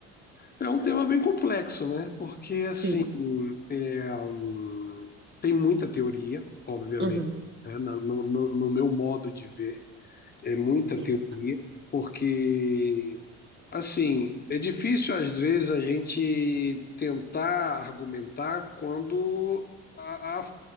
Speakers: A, on the left (about 30°); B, on the right (about 35°).
A: é um tema bem complexo, né? Porque, assim,
B: Sim,
A: é, hum, tem muita teoria, obviamente,
B: Uhum,
A: né? Na- No, no no meu modo de ver, é muita teoria,
B: sim,
A: porque Assim, é difícil às vezes a gente tentar argumentar quando a- a-